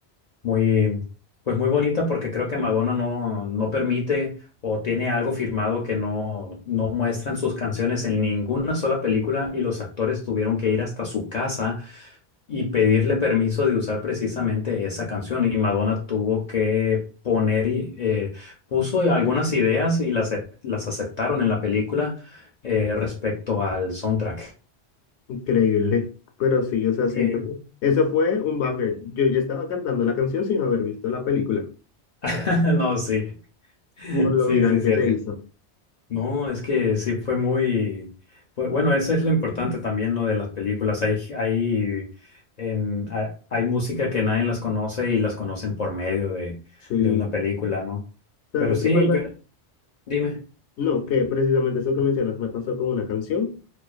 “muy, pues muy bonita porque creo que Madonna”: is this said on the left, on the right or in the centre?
Left